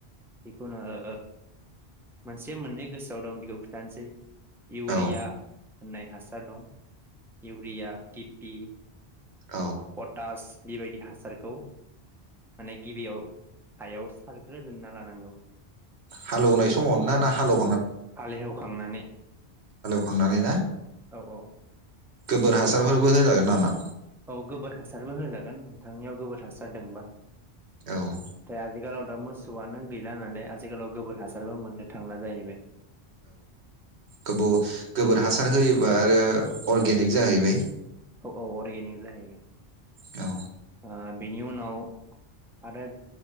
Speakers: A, in the centre; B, on the right.
A: जिखुनु ओ मोनसे मोननै गोसोआव दं बेखौ खिथानोसै इउरिया
B: औ
A: होननाय हासार दं इउरिया डिपि
B: औ।
A: तास बिबायदि हासारखौ माने गिबियाव हायाव सारग्रोजोबना लानांगौ। <inaudible>
B: हालौनाय समाव ना ना हालौ
A: हाल हेवखांनानै
B: खांनानै ना?
A: औ औ।
B: गोबोर हासारफोरबो होजागोन नामा?
A: औ गोबोर हासारबो होजागोन नोंथांनियाव गोबोर हासार दोंबा।
B: औ।
A: आजिखालाव दा मोसौआनो गैला नालाय आजिखालाव गोबोर हासारबो मोननो थांला जाहैबाय।
B: गोबोव गोबोर हासार होयोबा आरो अर्गेनिक जाहैबाय।
A: औ अर्गेनिक जाहैगोन।
B: औ।
A: ओ बिनि उनाव आरो